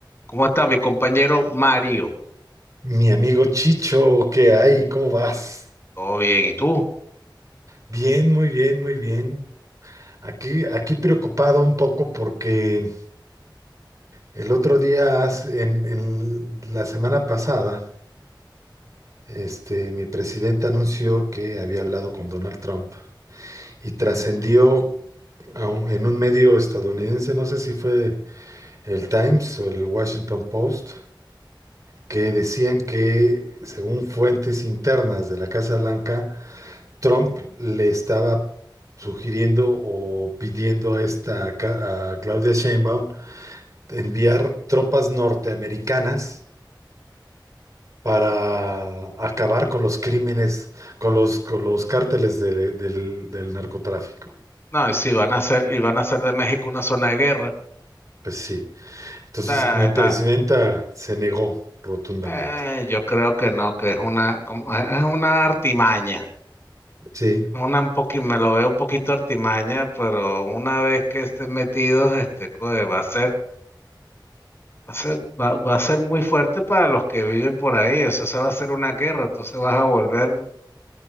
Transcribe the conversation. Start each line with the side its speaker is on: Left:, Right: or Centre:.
Left: ¿Cómo está mi compañero Mario?
Right: Mi amigo Chicho, ¿qué hay? ¿Cómo vas?
Left: Todo bien, ¿y tú?
Right: Bien, muy bien, muy bien. Aquí, aquí preocupado un poco porque el otro día, hace- en, en la semana pasada, este, mi presidente anunció que había hablado con Donald Trump y trascendió a un- en un medio estadounidense, no sé si fue el Times o el Washington Post, que decían que, según fuentes internas de la Casa Blanca, Trump le estaba sugiriendo o pidiendo a esta Ca- a Claudia Sheinbaum enviar tropas norteamericanas para acabar con los crímenes, con los, con los cárteles de- del, del narcotráfico.
Left: No, y si van a hacer, y van a hacer de México una zona de guerra.
Right: Pues sí.
Left: O
Right: Entonces
Left: sea,
Right: mi
Left: está,
Right: presidenta se negó rotundamente.
Left: eh, yo creo que no, que es una, como- eh, es una artimaña.
Right: Sí,
Left: Una un poqui- me lo veo un poquito artimaña, pero una vez que estén metidos, este, coe, va a ser, va a ser, va, va a ser muy fuerte para los que viven por ahí. Eso se va a hacer una guerra, entonces vas a volver